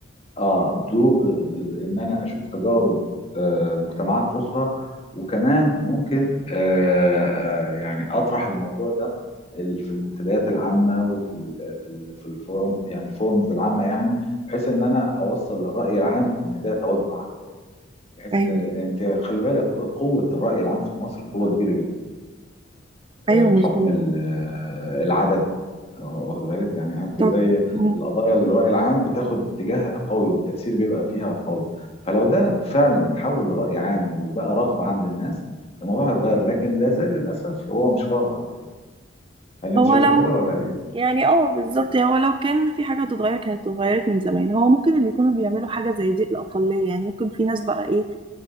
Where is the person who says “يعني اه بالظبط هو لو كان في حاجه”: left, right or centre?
Right